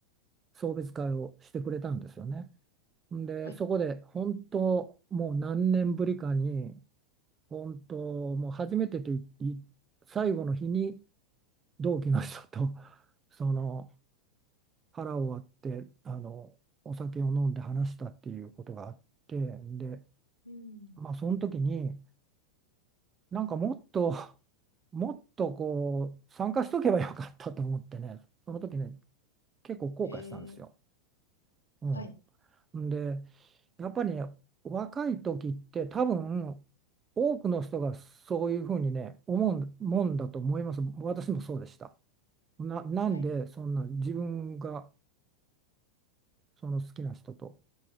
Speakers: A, on the right (about 20°); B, on the left (about 80°).
A: 送別会をしてくれたんですよね。でそこで本当もう何年ぶりかに
B: はい。
A: 本当、もう初めてと言い最後の日に同期の人と <laughs> その腹を割ってあのお酒を飲んで話したっていうことがあってで、
B: うん、
A: まあ、その時になんかもっと <laughs> もっとこう参加しとけばよかったと思ってねその時ね結構後悔したんですよ。
B: へー、
A: うん、
B: はい、
A: んでやっぱりね、若い時って多分多くの人がそういうふうにね、思うもんだと思います。私もそうでした。な、なんでそんな自分が
B: はい、
A: その好きな人と